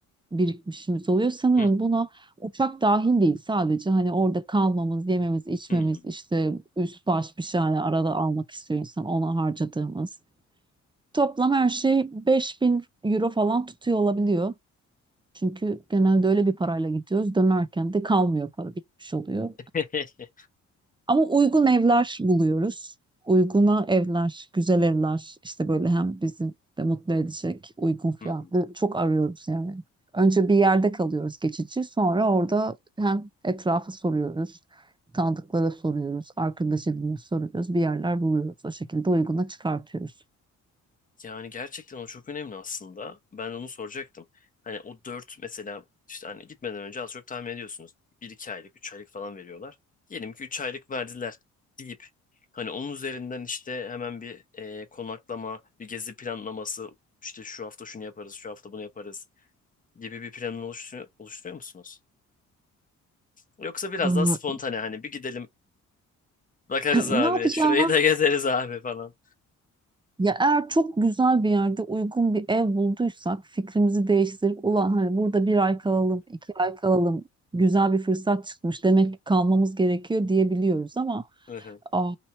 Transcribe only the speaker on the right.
birikmişimiz oluyor. Sanırım
buna uçak dahil değil sadece hani orada kalmamız, yememiz, içmemiz,
işte üst baş bir şey hani arada almak istiyor insan ona harcadığımız. Toplam her şey 5000 euro falan tutuyor olabiliyor. Çünkü genelde öyle bir parayla gidiyoruz. Dönerken de kalmıyor para bitmiş oluyor.
Ama uygun evler buluyoruz. Uyguna evler, güzel evler işte böyle hem bizi de mutlu edecek uygun fiyatlı
çok arıyoruz yani. Önce bir yerde kalıyoruz geçici sonra orada hem etrafı soruyoruz, tanıdıklara soruyoruz, arkadaş ediniyor soruyoruz, bir yerler buluyoruz. O şekilde uyguna çıkartıyoruz.
Aa,
<laughs>
Ne yapacağını
Ya eğer çok güzel bir yerde uygun bir ev bulduysak fikrimizi değiştirip ulan hani burada bir ay kalalım, iki ay kalalım güzel bir fırsat çıkmış demek ki kalmamız gerekiyor diyebiliyoruz ama
aa,